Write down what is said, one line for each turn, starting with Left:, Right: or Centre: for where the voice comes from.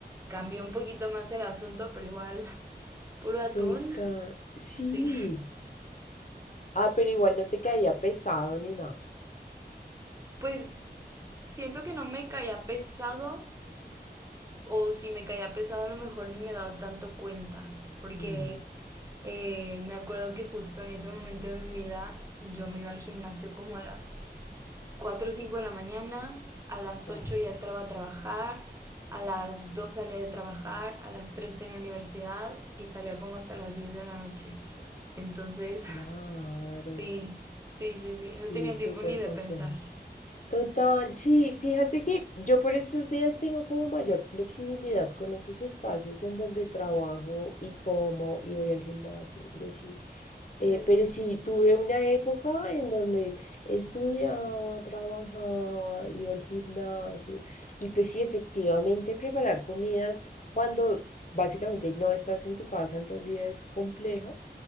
Right: cambió un poquito más el asunto, pero igual, <laughs> puro atún.
Left: total. Sí.
Right: Sí.
Left: Ah, pero igual no te caía pesado ni nada.
Right: Pues siento que no me caía pesado o si me caía pesado a lo mejor ni me daba tanto cuenta, porque
Left: Mm,
Right: eh, me acuerdo que justo en ese momento de mi vida yo me iba al gimnasio como a las 4 o 5 de la mañana, a las
Left: Wow,
Right: 8 ya entraba a trabajar, a las 2 salía de trabajar, a las 3 tenía universidad y salía como hasta las 10 de la noche. Entonces,
Left: claro.
Right: <laughs> sí, sí, sí, sí, no
Left: Sí,
Right: tenía
Left: súper
Right: tiempo ni de
Left: complejo.
Right: pensar.
Left: Total, sí, fíjate que yo por estos días tengo como mayor flexibilidad con esos espacios en donde trabajo y como y voy al gimnasio y así. Eh,
Right: Mm,
Left: pero sí, tuve una época en donde estudiaba, trabajaba, iba al gimnasio y pues sí, efectivamente preparar comidas cuando básicamente no estás en tu casa en todo el día es complejo.